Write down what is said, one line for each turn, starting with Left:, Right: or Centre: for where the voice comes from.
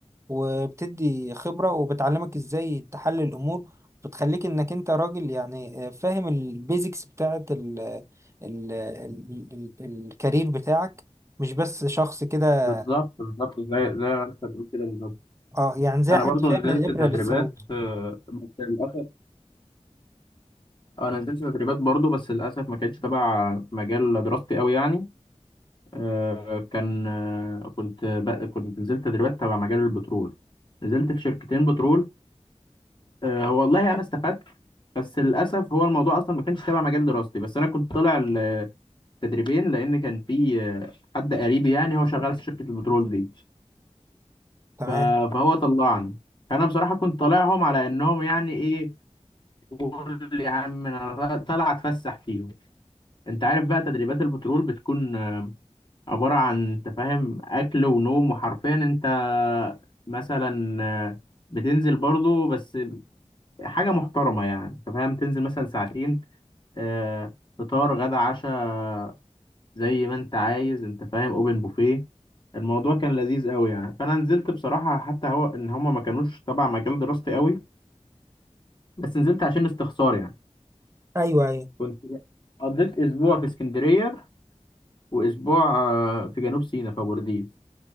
Right: وبتدي خبرة وبتعلمك إزاي تحلل الأمور بتخليك إنك أنت راجل يعني آه، فاهم البيزكس بتاعة ال ال ال ال الكارير بتاعك مش بس شخص كده
Left: بالظبط بالظبط زي زي ما انت بتقول كده بالظبط
Right: اه يعني زي
Left: انا
Right: حد
Left: برضو
Right: فاهم
Left: نزلت
Right: من الإبرة
Left: تدريبات
Right: للثروة
Left: آه، بس للاسف انا نزلت تدريبات برضو بس للاسف ما كانتش تبع مجال دراستي قوي يعني آه، كان آه، كنت ب- كنت نزلت تدريبات تبع مجال البترول نزلت في شركتين بترول آه، هو والله انا استفدت بس للاسف هو الموضوع اصلا ما كانش تبع مجال دراستي بس انا كنت طالع تدريبين لان كان في آه، حد قريبي يعني هو شغال في شركه البترول دي
Right: تمام
Left: ف- فهو طلعني فانا بصراحه كنت طالعهم على انهم يعني ايه قول يا عم انا طالع اتفسح فيهم انت عارف بقى تدريبات البترول بتكون آه، عباره عن انت فاهم اكل ونوم وحرفيا انت مثلا آه، بتنزل برضو بس حاجه محترمه يعني انت فاهم تنزل مثلا ساعتين آه، فطار غدا عشاء زي ما انت عايز انت فاهم اوبن بوفيه الموضوع كان لذيذ قوي يعني فانا نزلت بصراحه حتى هو ان هما ما كانوش تبع مجال دراستي قوي بس نزلت عشان استخسار يعني
Right: أيوه أيوه
Left: كنت قضيت اسبوع في اسكندريه واسبوع آه، في جنوب سيناء في بورديس